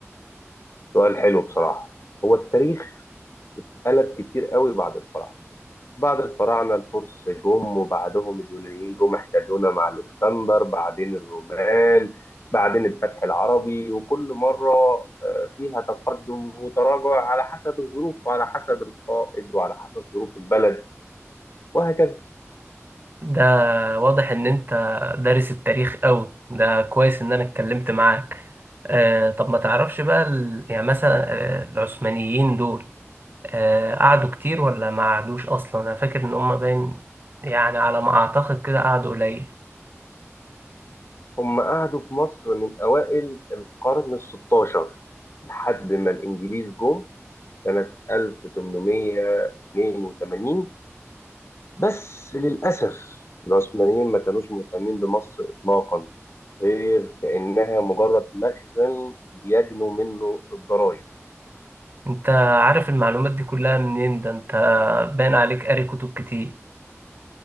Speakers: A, on the left (about 60°); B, on the right (about 45°).
A: سؤال حلو بصراحه هو التاريخ قلب كتير قوي بعد الفراعنه بعد الفراعنه الفرس جم وبعدهم اليونانيين جم احتلونا مع الاسكندر بعدين الرومان بعدين الفتح العربي وكل مره آه، فيها تقدم وتراجع على حسب الظروف وعلى حسب القائد وعلى حسب ظروف البلد وهكذا
B: ده واضح ان انت دارس التاريخ قوي ده كويس ان انا اتكلمت معاك آه طب ما تعرفش بقى ال... يعني مثلا آه العثمانيين دول آه قعدوا كتير ولا ما قعدوش اصلا انا فاكر ان هم باين يعني على ما اعتقد كده قعدوا قليل
A: هم قعدوا في مصر من اوائل القرن ال 16 لحد ما الانجليز جم سنه 1882 بس للأسف العثمانيين ما كانوش مهتمين بمصر إطلاقا غير كأنها مجرد مخزن يجنوا منه الضرائب
B: انت عارف المعلومات دي كلها منين ده انت باين عليك قاري كتب كتير